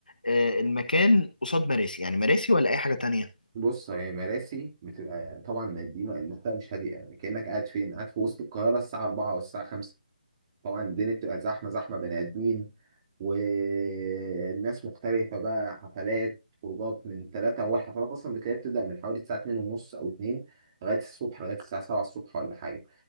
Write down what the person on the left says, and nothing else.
آه، المكان قصاد مراسي يعني مراسي ولا اي حاجة تانية